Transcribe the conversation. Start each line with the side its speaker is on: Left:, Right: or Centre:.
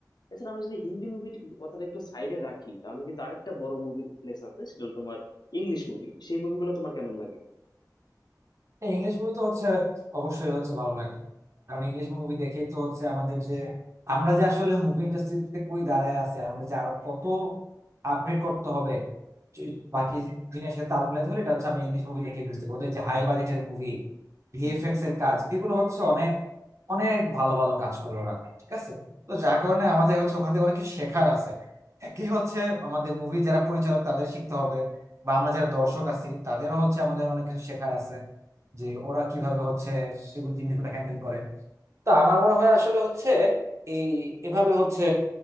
Left: এছাড়া আমরা যদি হিন্দি মুভি কথাটা একটু সাইডে রাখি তাহলে কিন্তু আরেকটা বড় মুভি প্লেস আছে সেটা হলো তোমার ইংলিশ মুভি সেই মুভিগুলো তোমার কেমন লাগে
Right: ইংলিশ মুভি তো হচ্ছে অবশ্যই হচ্ছে ভালো লাগে কারণ ইংলিশ মুভি দেখেই তো হচ্ছে আমাদের যে আমরা যে আসলে মুভি ইন্ডাস্ট্রিতে কই দাঁড়ায় আছে আমাদের যে আরো কত আপডেট করতে হবে যে- বাকি জিনিসের সাথে তাল মিলাই ধরে এটা হচ্ছে আমি ইংলিশ মুভি দেখে বুঝতে পারি ওদের যে হাই বাজেটের মুভি ভিএফএক্স
Left: হুম
Right: এর কাজ এগুলো হচ্ছে অনেক অনেক ভালো ভালো কাজ করে ওরা ঠিক আছে তো যার কারণে আমাদের হচ্ছে ওখান থেকে অনেক কিছু শেখার আছে একই হচ্ছে আমাদের মুভি যারা পরিচালক তাদের শিখতে হবে বা আমরা যারা দর্শক আছি তাদেরও হচ্ছে আমাদের অনেক কিছু শেখার আছে যে ওরা কিভাবে হচ্ছে এগুলো জিনিসগুলো হ্যান্ডেল করে তা আমার মনে হয় আসলে হচ্ছে এই এভাবে হচ্ছে